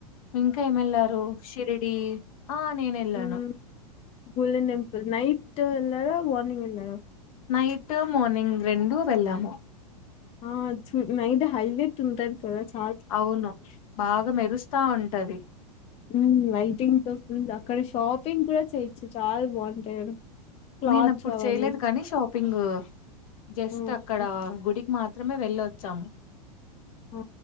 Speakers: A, on the left; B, on the left.
A: ఇంకా ఏమెళ్లారు షిరిడి ఆ నేను ఎళ్ళాను
B: హ్మ్ గోల్డెన్ టెంపుల్ నైటు ఎల్లార మార్నింగ్ వెల్లారా
A: నైటూ మార్నింగ్ రెండు వెళ్ళాము
B: ఆ చూ నైట్ హైలైట్ ఉంటది కదా చ్
A: అవును బాగా మెరుస్తా ఉంటది
B: హ్ లైటింగ్ తో అక్కడ షాపింగ్ కూడా చేయ్యొచ్చు చాలా బాగుంటాయి ఆడ క్లాత్స్
A: నేను అప్పుడు
B: అవన్నీ
A: చేయలేదు కానీ షాప్ పింగ్ జస్ట్
B: హ్మ్
A: అక్కడ గుడికి మాత్రమే వెళ్లొచ్చాం
B: ఆ